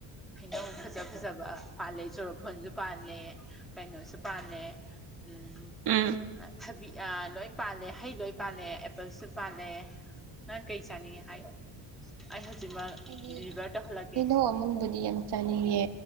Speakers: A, in the centre; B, on the right.
A: ꯍꯩꯅꯧ ꯐꯖꯥ ꯐꯖꯥꯕ ꯄꯥꯜꯂꯦ ꯆꯣꯔꯣꯐꯣꯟꯖꯨ ꯄꯥꯜꯂꯦ ꯀꯩꯅꯣꯁꯨ ꯄꯥꯜꯂꯦ ꯎꯝ
B: ꯎꯝ
A: ꯑ‌ ꯊꯕꯤ ꯑ ꯂꯣꯏ ꯄꯥꯜꯂꯦ ꯍꯩ ꯂꯣꯏ ꯄꯥꯜꯂꯦ ꯑꯦꯄꯜꯁꯨ ꯄꯥꯜꯂꯦ ꯅꯪ ꯀꯩ ꯆꯥꯅꯤꯡꯉꯦ ꯍꯥꯏꯌꯣ ꯑꯩ ꯍꯖꯤꯛꯃꯛ
B: ꯑꯩꯗꯤ
A: ꯗꯤꯂꯤꯕꯔ ꯇꯧꯂꯒꯦ
B: ꯍꯩꯅꯧ ꯑꯃꯨꯟꯕꯗꯤ ꯌꯥꯝ ꯆꯥꯅꯤꯡꯉꯦ